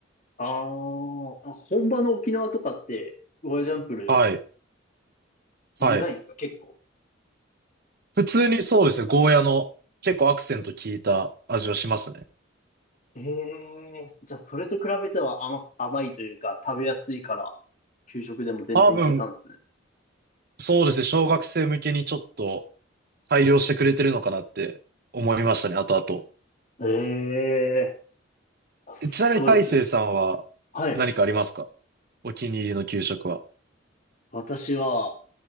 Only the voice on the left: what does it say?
あーあ、本場の沖縄とかって、ゴーヤジャンプル
苦いんですか結構。
ええじゃあそれと比べては甘、甘いというか、食べやすいから、給食でも全然いけたんですね。
ええあすっごいですね。
はい。
私は、